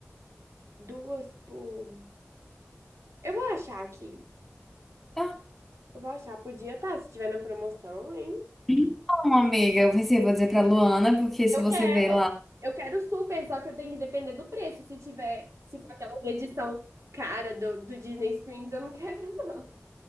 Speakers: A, on the right (about 80°); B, in the centre.
A: Duas por. Eu vou achar aqui.
B: Ah,
A: Eu vou achar. Podia estar, se tiver na promoção, hein?
B: Então, amiga, eu pensei, vou dizer pra Luana, porque se
A: Eu
B: você
A: quero.
B: ver lá,
A: Eu quero super, só que eu tenho que depender do preço. Se tiver, se for aquela edição cara do, do Disney Springs, eu não <laughs> quero, não.